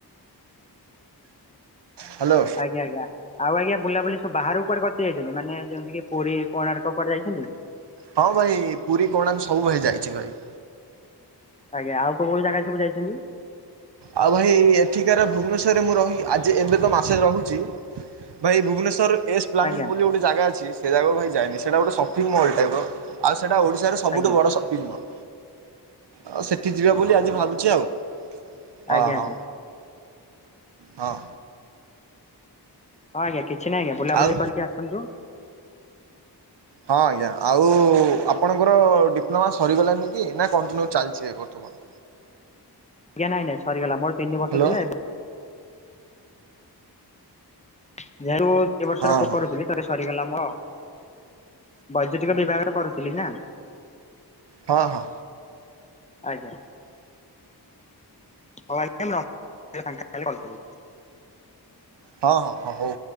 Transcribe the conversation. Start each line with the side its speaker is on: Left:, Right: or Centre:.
Right: ହ୍ୟାଲୋ
Left: ଆଜ୍ଞା ଆଜ୍ଞା ଆଉ ଆଜ୍ଞା ବୁଲାବୁଲି ସବୁ ବାହାରକୁ କୁଆଡ଼େ କ ଠିକି ଯାଇଛନ୍ତି ମାନେ ଯେମିତି କି ପୁରୀ କୋଣାର୍କ କୁଆଡ଼େ ଯାଇଛନ୍ତି?
Right: ହଁ ଭାଇ ପୁରୀ କୋଣାର୍କ ସବୁଭାଇ ଭାଇ ଯାଇଚି ଭାଇ।
Left: ଆଜ୍ଞା ଆଉ କୋଉ କୋଉ ଜାଗା ସବୁ ଯାଇଚନ୍ତି?
Right: ଆଉ ଭାଇ ଏଠିକାର ଭୁବନେଶ୍ୱରରେ ମୁଁ ରହି ଆଜି ଏବେ ତ ମାସେ ରହୁଚି। ଭାଇ ଭୁବନେଶ୍ୱର ଏସ୍ ପ୍ଲାନିଂ
Left: ଆଜ୍ଞା
Right: ବୋଲି ଗୋଟେ ଜାଗା ଅଛି ସେ ଜାଗାକୁ ଭାଇ ଯାଇନି ସେଇଟା ଗୋଟେ ସପିଂ ମଲ୍ ଟାଇପ୍ ର ଆଉ ସେଟା ଓଡ଼ିଶାର ସ ସବୁଠୁ
Left: ଆଜ୍ଞା
Right: ବଡ଼ ସପିଙ୍ଗ୍ ମଲ୍ ଆଉ ସେଠି ଯିବା ବୋଲି ଆଜି ଭାବୁଚି ଆଉ। ଅ
Left: ଆଜ୍ଞା ଆଜ୍ଞା
Right: -ହୋ -ହଁ।
Left: ହଁ ଆଜ୍ଞା କିଛି ନାହିଁ ଆଜ୍ଞା ବୁଲାବୁଲି
Right: ଆଉ
Left: କରିକି ଆସନ୍ତୁ
Right: ହଁ ଆଜ୍ଞା ଆଉ ଆପଣଙ୍କର ଡିପ୍ଲୋମା ସରିଗଲାନି କି ନା କଣ୍ଟିନ୍ୟୁ ଚାଲିଚି ବର୍ତ୍ତମାନ୍?
Left: ଆଜ୍ଞା ନାଇଁ ନାଇଁ ସରିଗଲା ମୋର ତିନିବର୍ଷ
Right: ହ୍ୟାଲୋ
Left: ଥିଲା ଏବେ <unintelligible>
Right: ହଁ ହଁ
Left: ରେ ସରିଗଲା ମର ବୈଦ୍ୟୁତିକ ବିଭାଗରେ କରୁଥିଲି ନା।
Right: ହଁ ହଁ।
Left: ଆଜ୍ଞା। ହଉ ଆଜ୍ଞା ମୁଁ ରଖୁଚି ଫାଙ୍କା ହେଲେ କଲ୍ କରିବେ।
Right: ହଁ- ହଁ- ହଁ ହଉ।